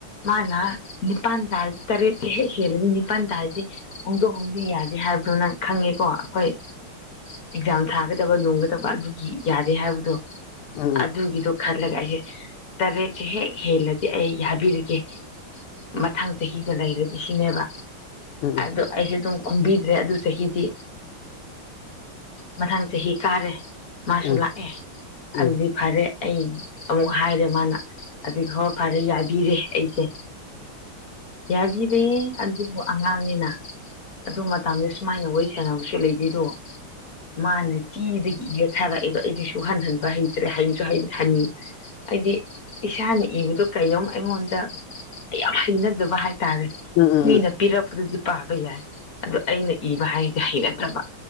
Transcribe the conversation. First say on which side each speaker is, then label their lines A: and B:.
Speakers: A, on the left; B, on the left.
A: ꯃꯥꯅ ꯅꯤꯄꯥꯥꯟ ꯇꯥꯔꯗꯤ ꯇꯔꯦꯠ ꯍꯦꯛ ꯍꯦꯛ ꯍꯦꯜꯂꯗꯤ ꯅꯤꯄꯥꯟ ꯇꯥꯔꯗꯤ ꯍꯣꯡꯗꯣꯛ ꯍꯣꯡꯖꯤꯟ ꯌꯥꯗꯦ ꯍꯥꯏꯕꯗꯣ ꯅꯪ ꯈꯪꯉꯦꯀꯣ ꯍꯣꯏ ꯑꯦꯛꯖꯥꯝ ꯊꯥꯒꯗꯕ ꯅꯣꯡꯒꯗꯕ ꯑꯗꯨꯒꯤ ꯌꯥꯗꯦ ꯍꯥꯏꯕꯗꯣ
B: ꯎꯝ ꯎꯝ ꯎꯝ
A: ꯑꯗꯨꯒꯤꯗꯣ ꯈꯔ ꯈꯜꯂꯒ ꯑꯩꯁꯦ ꯇꯔꯦꯠꯁꯦ ꯍꯦꯛ ꯍꯦꯜꯂꯗꯤ ꯑꯩ ꯌꯥꯕꯤꯔꯒꯦ ꯃꯊꯪ ꯆꯍꯤꯒ ꯂꯩꯔꯗꯤ ꯁꯤꯅꯦꯕ
B: ꯎꯝ
A: ꯑꯗꯨ ꯑꯩꯁꯨ ꯑꯗꯨꯝ ꯈꯨꯝꯕꯤꯗ꯭ꯔꯦ ꯑꯗꯨ ꯆꯍꯤꯗꯤ ꯃꯊꯪ ꯆꯍꯤ ꯀꯥꯔꯦ ꯃꯥꯁꯨ
B: ꯎꯝ
A: ꯂꯥꯛꯑꯦ
B: ꯎꯝ ꯎꯝ ꯎꯝ ꯎꯝ ꯎꯝ ꯎꯝ
A: ꯑꯗꯨꯗꯤ ꯐꯔꯦ ꯑꯩ ꯑꯃꯨꯛ ꯍꯥꯏꯔꯦ ꯃꯥꯅ ꯑꯗꯨꯒꯤ ꯈꯔꯥ ꯐꯔꯦ ꯌꯥꯕꯤꯔꯦ ꯑꯩꯁꯦ ꯌꯥꯕꯤ ꯔꯦ ꯑꯗꯨꯕꯨ ꯑꯉꯥꯡꯅꯤꯅ ꯑꯗꯨ ꯃꯇꯝꯗ ꯁꯨꯃꯥꯏꯅ ꯋꯥꯔꯤ ꯁꯥꯟꯅꯕꯁꯨ ꯂꯩꯗꯦꯗꯣ ꯃꯥꯅꯦ ꯀꯤꯗꯒꯤ ꯌꯦ ꯑꯥ ꯑꯩꯗꯤꯁꯨ ꯁꯨꯛꯍꯟ ꯍꯟꯕ ꯍꯩꯇ꯭ꯔꯦ ꯍꯩꯁꯨ ꯍꯩ ꯍꯟ ꯍꯥꯏꯗꯤ ꯏꯁꯥꯅ ꯏꯕꯗꯣ ꯀꯩꯅꯣꯝ ꯑꯩꯉꯣꯟꯗ ꯌꯥꯝ ꯍꯩꯅꯗꯕ ꯍꯥꯏꯇꯥꯔꯦ
B: ꯎꯝ ꯎꯝ ꯎꯝ
A: ꯃꯤꯅ ꯄꯤꯔꯛꯄꯗꯨꯗꯤ ꯄꯥꯕ ꯌꯥꯏ ꯑꯗꯨ ꯑꯩꯅ ꯏꯕ ꯍꯥꯏꯁꯤꯗꯤ ꯍꯩꯅꯗ꯭ꯔꯕ